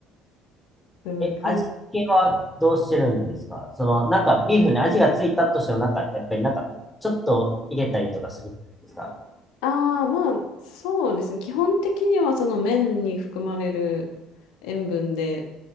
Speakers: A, on the left; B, in the centre.
A: すごい簡
B: え、味付けはどうしてるんですかその、なんかビーフンに味がついたとしても、なんか、やっぱりなんか、ちょっと入れたりとかするんですか
A: 単、ああ、まあ、そうですね。基本的にはその麺に含まれる塩分で、